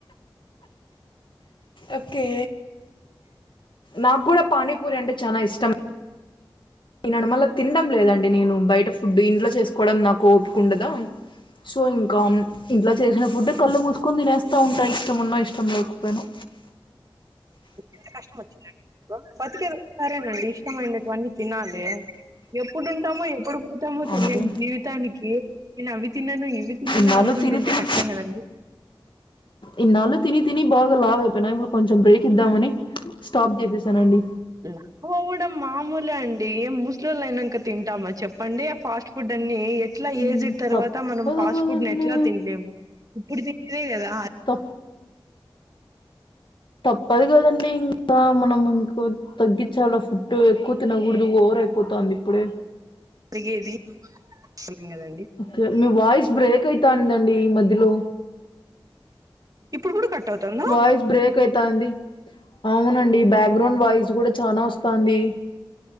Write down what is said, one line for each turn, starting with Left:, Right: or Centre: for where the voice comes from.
Left: ఓకే నాకు కూడా పానీపూరి అంటే చానా ఇష్టం. ఈ నడమల్ల తినడం లేదండి నేను. బయట ఫుడ్ ఇంట్లో చేసుకోవడం నాకు ఓపకుండదా? సో ఇంకా ఇంట్లో చేసిన ఫుడే కళ్ళు మూసుకని తినేస్తా ఉంటా, ఇష్టమున్నా ఇష్టం లేకపోయినా.
Right: ఎంత కష్టం వచ్చిందండి మీకు. బతికేది సరేనండి ఇష్టమైనటువన్నీ తినాలి. ఎప్పుడుంటామో ఎప్పుడు పోతామో
Left: అంటే
Right: తెలియనీ జీవితానికి నేను అవి తిన్నాను ఇవి తినను
Left: ఇన్నాళ్ళు
Right: అనుకుంటుంటే
Left: తిని తిని
Right: కష్టం కదండీ.
Left: ఇన్నాళ్ళు తిని తిని బాగా లావ అయిపోయినా. ఇప్పుడు కొంచెం బ్రేక్ ఇద్దామని స్టాప్ చేసేసానండి.
Right: లావు అవ్వడం మామూలే అండి ముసలొల్లు అయినాక తింటామా చెప్పండి ఆ ఫాస్ట్ ఫుడ్ అన్నీ ఎట్లా
Left: ఉమ్,
Right: ఏజడ్ తర్వాత
Left: తప్పదు
Right: మనం ఫాస్ట్
Left: కదండి
Right: ఫుడ్ ను ఎట్లా తినలేము ఇప్పుడు తింటే కదా
Left: పో తప్పదు కదండి ఇంకా మనం ఇంకో తగ్గించాల ఫుడ్. ఎక్కువ తినకూడదు ఓవర్ అయిపోతాంది ఇప్పుడే.
Right: అడిగేది <unintelligible> కదండి
Left: ఓకే మీ వాయిస్ బ్రేక్ అయితాందండి మధ్యలో
Right: ఇప్పుడు కూడా కట్ అవుతుందా
Left: వాయిస్ బ్రేక్ అయితాంది. అవునండి బ్యాక్ గ్రౌండ్ వాయిస్ కూడా చానా వస్తుంది.